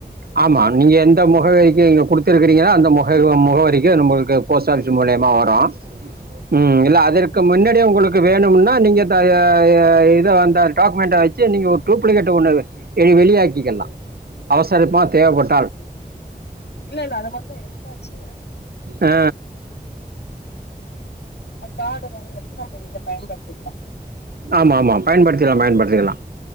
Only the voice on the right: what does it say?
ஆமா நீங்க எந்த முகவரிக்கு நீங்க குடுத்திருக்கீங்கள அந்த முக முகவரி கு நம்மளுக்கு போஸ்ட் ஆஃபீஸ் மூலியமா வரு ம் இல்ல அதற்கு
முன்னாடியே உங்களுக்கு வேணும்னா நீங்க தயா அ ய இத அந்த டாக்குமெண்ட்ட வெச்சு நீங்க ஒரு டூப்ளிகேட் ஒன்ன வெ வெளி வெளியாக்கிக்கலா சருப்பா தேவப்பட்
ஆ
ஆமாமா பயன்படுத்திக்லா பயன்படுத்திக்லா